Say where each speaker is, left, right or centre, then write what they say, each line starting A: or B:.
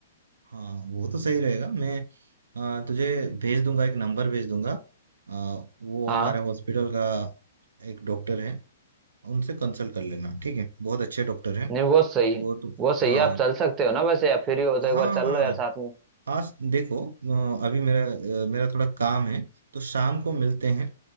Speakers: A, on the right; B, on the right.
A: हाँ वो तो सही रहेगा मैं आ, तुझे भेज दूंगा एक नंबर भेज दूंगा आ, वो
B: हाँ
A: हमारे हॉस्पिटल का एक डॉक्टर है उनसे कंसल्ट कर लेना ठीक है बहुत अच्छे डॉक्टर हैं
B: नहीं वो सही
A: वो तो
B: वो सही
A: हाँ
B: है आप चल सकते हो ना वैसे आप फ्री हो तो एक
A: हाँ
B: बार चल
A: हाँ
B: लो यार साथ में
A: हाँ स- देखो अ, अभी मेरा अ, मेरा थोड़ा काम है तो शाम को मिलते हैं